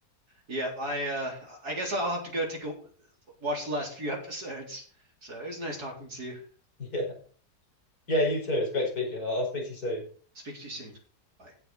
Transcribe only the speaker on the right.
yeah, I uh I guess I'll have to go take a watch the last few <laughs> episodes. So, it was nice talking to you.
Speak to you soon. Bye.